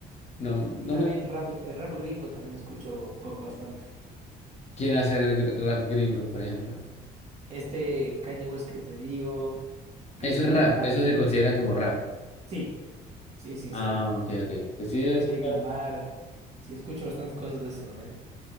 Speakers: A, on the left; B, on the right.
A: no, no
B: Y también
A: me
B: rap, el rap gringo también escucho un poco bastante.
A: ¿quién hace el rap gringo, por ejemplo.
B: Este Kanye West que te digo, Kendrick
A: Eso es rap,
B: Lamar
A: eso
B: también.
A: se considera como rap.
B: Sí, sí, sí,
A: Ah,
B: sí.
A: ok, ok. Pues sí, yo
B: Kendrick
A: he escuchado,
B: Lamar. Sí, escucho bastantes cosas de esas también.